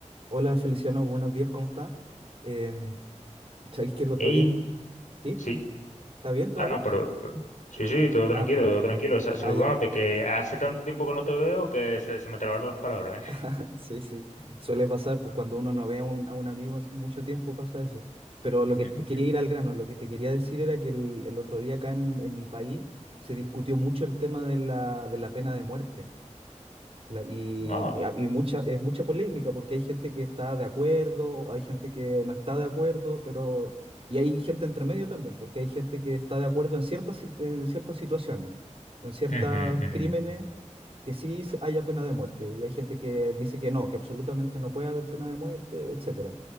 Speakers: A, on the right (about 50°); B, on the left (about 85°).
A: Hola Feliciano, buenos días, ¿cómo está? Eh, ¿sabéis que el otro
B: Ey,
A: día, sí?
B: sí.
A: ¿Está bien? ¿Todo
B: Ah,
A: bien?
B: no, pero pero- sí, sí, todo tranquilo,
A: Ah,
B: todo tranquilo. sa- Saludándote,
A: ah, ya,
B: que hace tanto tiempo que no te veo que se, se me trabaron las palabras,
A: <laughs> sí, sí, suele pasar, pues cuando uno no ve a un, a un amigo hace mucho tiempo pasa eso. Pero lo que
B: ¿eh?
A: te quería
B: Ujú.
A: ir al grano, lo que te quería decir era que el, el otro día acá en, en mi país se discutió mucho el tema de la, de la pena de muerte. La- y,
B: Ah,
A: ah, y mucha, es mucha polémica porque hay gente que está de acuerdo, hay gente que no está de acuerdo, pero... Y hay gente entre medio también, porque hay gente que está de acuerdo en ciertas, si- en ciertas situaciones, o en ciertos
B: ujú, ujú.
A: crímenes, que sí se- haya pena de muerte. Y hay gente que dice que no, que absolutamente no puede haber pena de muerte, etcétera.